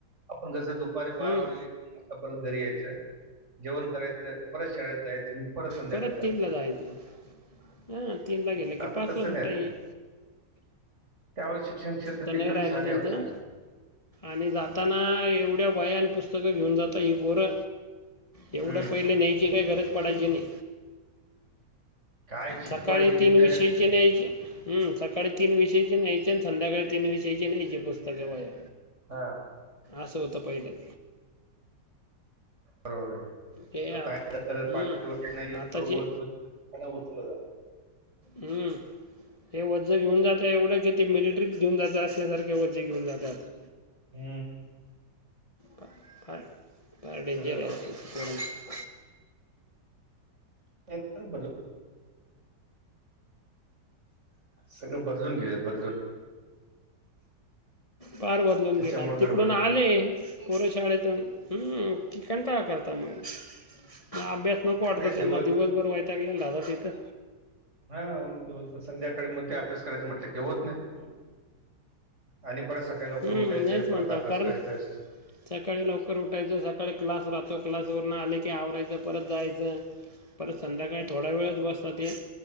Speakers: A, on the right; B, on the left.
A: आपण कसे दुपारी बारा
B: हं.
A: वाजले का परत घरी यायचं जेवण करायचं परत शाळेत जायचं संध्याकाळी
B: परत
A: पाच
B: तीनला जायचं हा तीनला गेलं की
A: आता
B: पाचला
A: तसं
B: सुटायची
A: नाही राहिलं त्यावेळेस शिक्षण क्षेत्र
B: तर नाही
A: एकदम
B: राहिलं
A: साध्या
B: त्यांचं
A: होत्या
B: आणि जाताना एवढ्या वया आणि पुस्तकं घेऊन जाता ही पोर
A: हम्म
B: एवढं पहिलं न्यायची काय गरज पडायची नाही
A: काय शिकवायचे
B: सकाळी
A: की
B: तीन
A: नाही
B: विषयचे न्यायचे हू सकाळी तीन विषयचे न्यायचे आणि संध्याकाळी तीन विषयचे न्यायचे पुस्तकं वह्या
A: हा
B: अस होत पहिले
A: बरोबर आहे
B: हे आत-
A: आता
B: हं.
A: पाठीवर एवढं
B: आताचे
A: ओझं उचललं जात
B: हू वझ घेऊन जातं एवढं की ते मिलेट्रीत घेऊन जात असल्यासारख वजे घेऊन जातात
A: हू
B: फा- फार फार डेंजर
A: सगळं
B: आहे ते पोरांचं
A: ट्रॅक्टर बर सगळं बदलून गेल बदलून
B: फार बदलून
A: त्याच्यामुळे
B: गेला तिकडून
A: गडबड
B: आले पोर शाळेेतुण हू की कंटाळा करता म मग अभ्यास नको वाटतो
A: म्हणजे
B: त्यांना
A: दिवस
B: दिवसभर वयतागलेल राहता तिथं
A: हा मग संध्याकाळी मग ते अभ्यास करायच म्हटलं की होत नाही आणि परत सकाळी लवकर
B: हम्म,
A: उठायचंय
B: नाहीच
A: परत
B: म्हणता
A: अभ्यास
B: कारण
A: करायचाय
B: सकाळी लवकर उठायचं सकाळी क्लास राहतो क्लासवरून आले की आवरायचं परत जायचं परत संध्याकाळी थोडा वेळच बसता ते